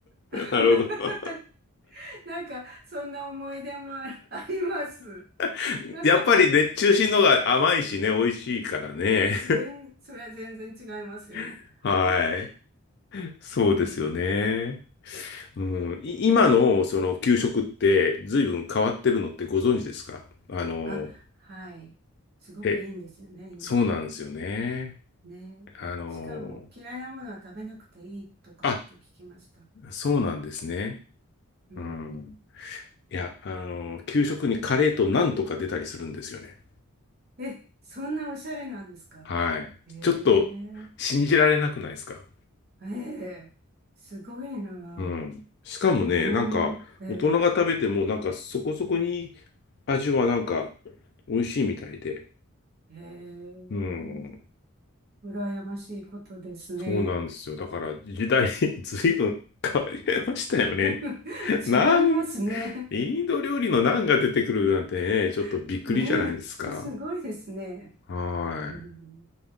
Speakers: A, on the right; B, on the left.
A: <laughs>
B: なるほど。
A: なんか、そんな思い出もああります。<laughs>
B: <laughs> やっぱり熱中しのが甘いしね、美味しいからね。
A: 全、それは全然違いますよね。
B: <laughs> はい。
A: <laughs>
B: そうですよね。
A: うん。
B: うん、い今のその給食って随分変わってるのってご存知ですかあの、
A: うん。あ、はい。すごくいいんですよね、
B: え、
A: 今。
B: そうなんですよね。
A: ね。
B: あの、
A: しかも嫌いなものは食べなくていいとかって聞きました。
B: あ、そうなんですね。
A: うん。
B: うん。いや、あの、給食にカレーとなんとか出たりするんですよね。
A: え、そんなおしゃれなんですか
B: はい。
A: ええ
B: ちょっと信じられなくないですか。
A: ええすごいなぁ。
B: うん。しかもね、
A: う
B: なんか、
A: ん。ええ
B: 大人が食べても、なんかそこそこに味はなんか美味しいみたいで。
A: ええ
B: うん。
A: 羨ましいことですね。
B: そうなんですよ。だから時代 <laughs> ずいぶん <laughs> 変わりましたよね。
A: <laughs> 違いますね。
B: <laughs> なん、インド料理のナンが出てくるなんてね、ちょっとびっくりじゃないですか。
A: <laughs> ねえ、すごいですね。
B: はい。
A: うん、